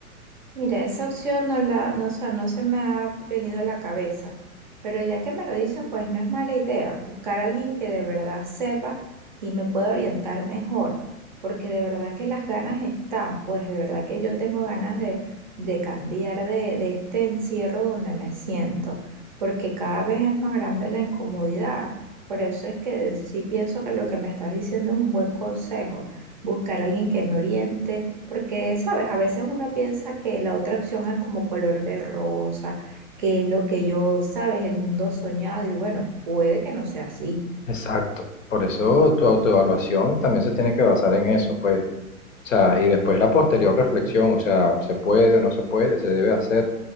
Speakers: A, on the right (about 35°); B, on the left (about 60°).
A: Mira, esa opción no la, no, o sea, no se me ha venido a la cabeza, pero ya que me lo dices, pues no es mala idea buscar a alguien que de verdad sepa y me pueda orientar mejor, porque de verdad que las ganas están, pues de verdad que yo tengo ganas de, de cambiar de, de este encierro donde me siento, porque cada vez es más grande la incomodidad. Por eso es que sí pienso que lo que me estás diciendo es un buen consejo, buscar a alguien que me oriente porque, sabes, a veces uno piensa que la otra opción es como color de rosa, que es lo que yo, sabes, el mundo soñado, y bueno, puede que no sea así.
B: Exacto. Por eso tu autoevaluación también se tiene que basar en eso, pues O sea, y después la posterior reflexión, o sea, se puede o no se puede, se debe hacer.